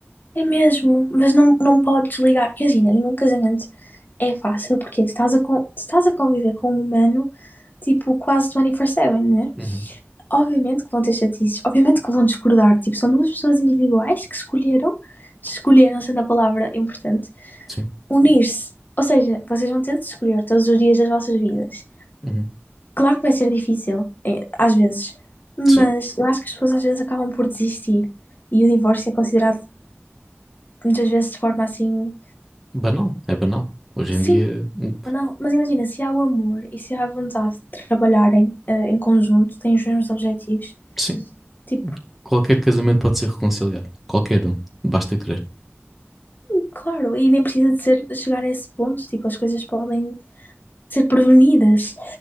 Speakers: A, on the left; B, in the centre.
A: É mesmo, mas não, não podes ligar, porque imagina, nenhum casamento é fácil, porque tu estás a, con- tu estás a conviver com um humano, tipo, quase 24/7, né?
B: Uhum.
A: Obviamente que vão ter chatices, obviamente que vão discordar. Tipo, são duas pessoas individuais que escolheram, escolheram, sendo a palavra importante,
B: Sim.
A: unir-se. Ou seja, vocês vão ter de escolher todos os dias das vossas vidas.
B: Uhum.
A: Claro que vai ser difícil, eh, às vezes,
B: Sim,
A: mas eu acho que as pessoas às vezes acabam por desistir. E o divórcio é considerado muitas vezes de forma assim,
B: Banal, é banal. Hoje
A: sim,
B: em dia, hum,
A: ou não. Mas imagina, se há o amor e se há a vontade de trabalharem eh, em conjunto, têm os mesmos objetivos,
B: sim,
A: tipo,
B: qualquer casamento pode ser reconciliado. Qualquer um, basta querer.
A: Claro, e nem precisa de ser, chegar a esse ponto, tipo, as coisas podem ser prevenidas.